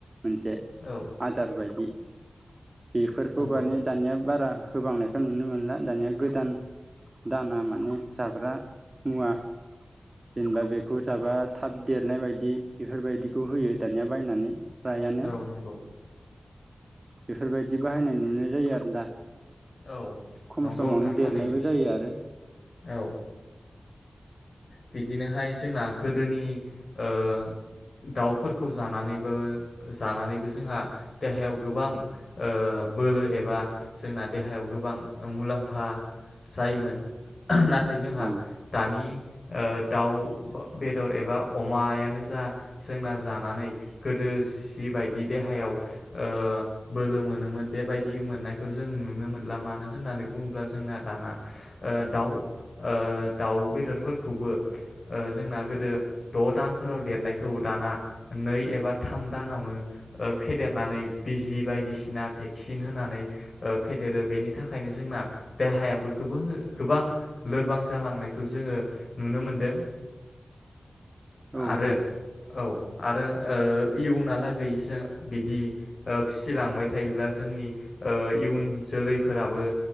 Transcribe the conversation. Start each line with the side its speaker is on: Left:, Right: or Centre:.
Right: मोनसे
Left: औ
Right: आदार बायदि बेफोरखौ
Left: नंगौ
Right: माने दानिया बारा होबांनायखौ नुनो मोनला दानिया गोदान दाना माने जाग्रा मुवा जेनेबा बेखौ जाबा थाब देरनाय बायदि बेफोरबायदिखौ होयो दानिया बायनानै। फ्रायानो
Left: औ नंगौ।
Right: बेफोरबायदि बाहायनाय नुनाय जायो आरो दा।
Left: औ
Right: खम
Left: नंगौ
Right: समावनो
Left: नोंथां थारैनो
Right: देरनायबो जायो आरो
Left: औ बिदिनोहाय जोंना गोदोनि ओ दाउफोरखौ जानानैबो जानानैबो जोंहा देहायाव गोबां ओ बोलो एबा जोंना देहायाव गोबां मुलाम्फा जायोमोन। नाथाय जोंहा
Right: औ
Left: दानि ओ दाउ बेदर एबा अमायानो जा जोंना जानानै गोदो सि बायदि देहायाव ओ बोलो मोनोमोन बेबायदि मोननायखौ जों नुनो मोला मानो होननानै बुङोब्ला जोंना दाना ओ दाउ ओ दाउ बेदरफोरखौबो ओ जोंना गोदो द' दानफोराव देरनायखौ दाना नै एबा थाम दानावनो ओ फेदेरनानै बिजि बायदिसिना भेक्सिन होनानै ओ फेदेरो। बेनि थाखायनो जोंना देहायाबो गोबां लोरबां जालांनायखौ जोङो नुनो मोनदों।
Right: औ
Left: आरो
Right: औ
Left: औ। आरो ओ इयुनलागैसो बिदि ओ फिसिलांबाय थायोब्ला जोंनि ओ इयुन जोलै फोराबो